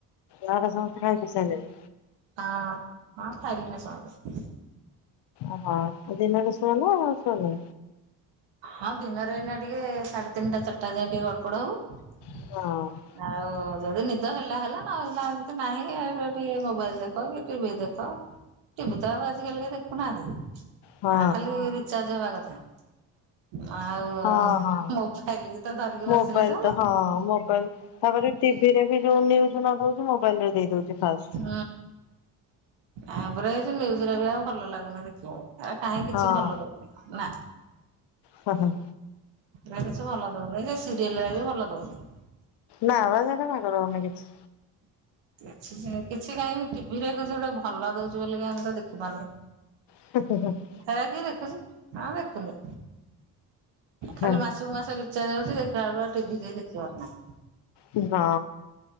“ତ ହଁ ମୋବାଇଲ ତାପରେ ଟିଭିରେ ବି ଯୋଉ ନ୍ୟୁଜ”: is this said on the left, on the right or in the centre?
Left